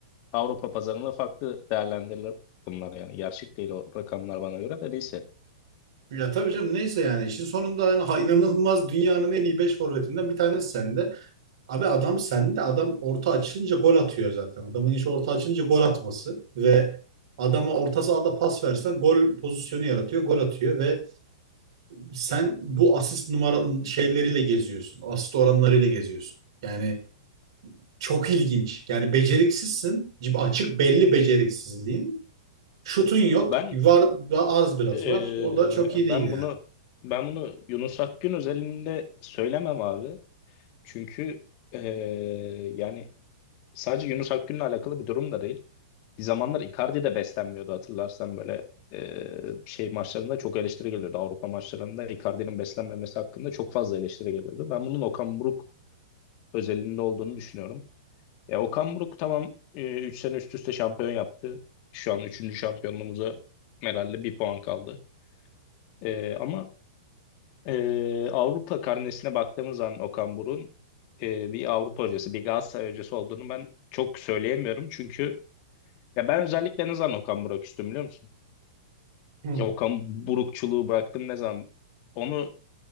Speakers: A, on the left; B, on the right.
A: Avrupa pazarında farklı değerlendirilir bunlar yani. Gerçek değil o rakamlar bana göre de neyse.
B: Ya tabii canım neyse yani. İşin sonunda yani, ha, inanılmaz dünyanın en iyi 5 forvetinden bir tanesi sende. Abi adam sende adam orta açılınca gol atıyor zaten. Adamın işi orta açılınca gol atması ve adama orta sahada pas versen gol pozisyonu yaratıyor, gol atıyor ve sen bu asist numara şeyleriyle geziyorsun. Asist oranlarıyla geziyorsun. Yani çok ilginç. Yani beceriksizsin. Açık belli beceriksizliğin. Şutun yok.
A: Ben
B: Var arz biraz
A: Ee,
B: var. O da çok iyi değil
A: ben
B: yani.
A: bunu ben bunu Yunus Akgün özelinde söylemem abi. Çünkü ee, yani sadece Yunus Akgün'le alakalı bir durum da değil. Bir zamanlar Icardi de beslenmiyordu hatırlarsan böyle ee, şey maçlarında çok eleştiri geliyordu. Avrupa maçlarında Icardi'nin beslenmemesi hakkında çok fazla eleştiri geliyordu. Ben bunun Okan Buruk özelinde olduğunu düşünüyorum. E, Okan Buruk tamam 3 sene üst üste şampiyon yaptı. Şu an üçüncü şampiyonluğumuza herhalde bir puan kaldı. Ee, ama Ee, Avrupa karnesine baktığımız zaman Okan Buruk'un e, bir Avrupa hocası, bir Galatasaray hocası olduğunu ben çok söyleyemiyorum. Çünkü ya ben özellikle ne zaman Okan Buruk üstüm biliyor musun?
B: Hı,
A: Ya Okan Burukçuluğu bıraktım ne zaman? Onu